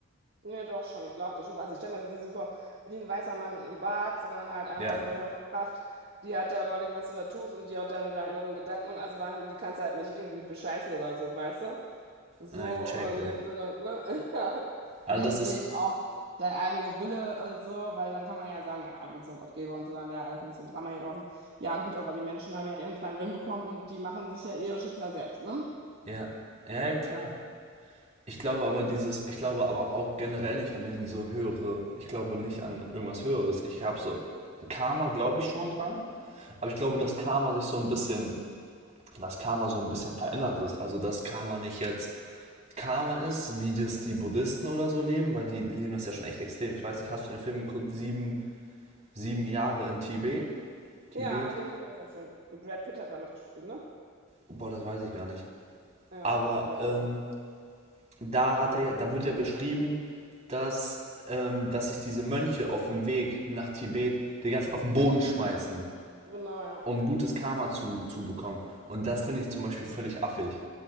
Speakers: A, on the right; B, on the right.
A: Ja, doch schon, ich glaube das schon. Also ich stelle mir das jetzt nicht so vor wie ein weißer Mann mit einem Bart, sondern halt einfach
B: Ja,
A: so eine höhere Kraft, die hat da überblickt, was du da tust und die auch deine, deine inneren Gedanken und alles wahrnimmt. Die kannst du halt nicht irgendwie bescheißen oder so, weißt du? So
B: äh, ich checke.
A: äh, in dem Sinne, ne? <laughs>
B: Also
A: Und deswegen
B: das ist,
A: auch der eigene Wille und so, weil dann kann man ja sagen, ja, wenn es so einen Gott gäbe und so, dann wäre ja alles nicht so ein Drama hier draußen. Ja, gut, aber die Menschen haben ja ihren freien Willen bekommen und die machen sich ja eh ihr Schicksal selbst, ne?
B: ja, ja, ja, klar. Ich glaube aber dieses, ich glaube aber auch generell nicht an irgendwie so höhere, ich glaube nicht an irgendwas Höheres. Ich habe so, Karma glaube ich schon dran, aber ich glaube, dass Karma sich so ein bisschen, dass Karma so ein bisschen verändert ist. Also, dass Karma nicht jetzt Karma ist, wie das die Buddhisten oder so leben, weil die leben das ja schon echt extrem. Ich weiß nicht, hast du den Film geguckt, sieben, sieben Jahre in Tibet? Tibet?
A: Ja, den fand ich auch sehr schön. Brad Pitt hat damit gespielt, ne?
B: Boah, das weiß ich gar nicht.
A: Ja,
B: Aber
A: ich glaub
B: ähm,
A: schon.
B: da hat er, ja- da wird ja beschrieben, dass, ähm, dass sich diese Mönche auf dem Weg nach Tibet die ganze Zeit auf den Boden schmeißen,
A: Genau, ja.
B: um gutes Karma zu, zu bekommen. Und das finde ich zum Beispiel völlig affig.